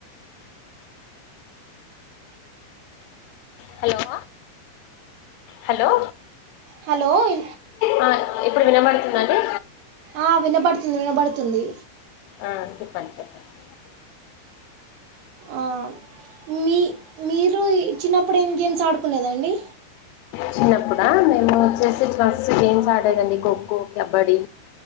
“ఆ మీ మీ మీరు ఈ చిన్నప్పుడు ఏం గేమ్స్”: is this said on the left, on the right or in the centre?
Right